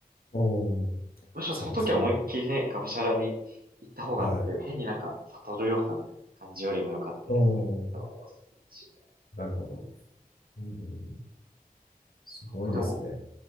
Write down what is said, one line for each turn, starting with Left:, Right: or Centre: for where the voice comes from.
Left: うん。
Right: むしろその時は思いっきりね、
Left: そうですね。
Right: がむしゃらに行った方がっていう、
Left: はい。
Right: 変になんか悟るような感じよりも良かったりすると思いますしね。
Left: うん。なるほど。うん。すごいですね。
Right: なんかでも、